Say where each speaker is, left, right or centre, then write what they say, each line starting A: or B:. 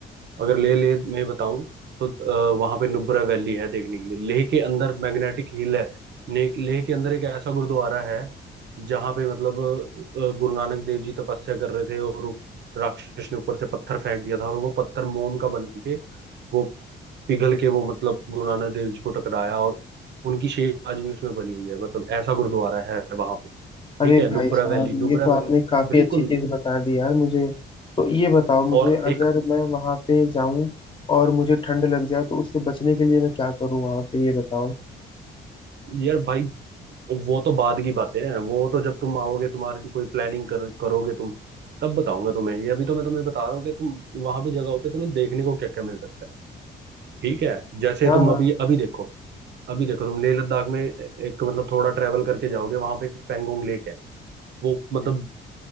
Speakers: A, on the right; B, on the left.
A: अगर लेह लेह में बताऊं तो आ, वहां पे नुब्रा वैली है देखने के लिए लेह के अंदर मैग्नेटिक हिल है ने- लेह के अंदर एक ऐसा गुरुद्वारा है जहाँ पे मतलब अ, गुरु नानक देव जी तपस्या कर रहे थे और राक्षस ने ऊपर से पत्थर फेंक दिया था और वो पत्थर मोम का बन के वो पिघल के वो मतलब गुरु नानक देव जी को टकराया और उनकी शेप आज भी उसमें बनी हुई है मतलब ऐसा गुरुद्वारा है वहां पे
B: अरे
A: ठीक है
B: भाई
A: नुब्रा
B: साहब
A: वैली नुब्रा
B: ये तो
A: वैली
B: आपने काफी
A: बिल्कुल
B: अच्छी चीज बता दी यार मुझे तो ये बताओ मुझे
A: और एक
B: अगर मैं वहां पे जाऊं और मुझे ठंड लग जाए तो उससे बचने के लिए मैं क्या करूं वहां पे ये बताओ
A: यार भाई वो तो बाद की बातें हैं वो तो जब तुम आओगे तुम्हारी कोई प्लानिंग कर, करोगे तुम तब बताऊंगा तुम्हें ये अभी तो मैं तुम्हें बता रहा हूँ कि तुम वहां भी जगहों पे तुम्हें देखने को क्या क्या मिल सकता है ठीक है जैसे
B: हाँ
A: तुम
B: हाँ
A: अभी अभी देखो अभी देखो तुम लेह लद्दाख में ए- एक मतलब थोड़ा ट्रेवल करके जाओगे वहां पे एक पेंगोंग लेक है वो मतलब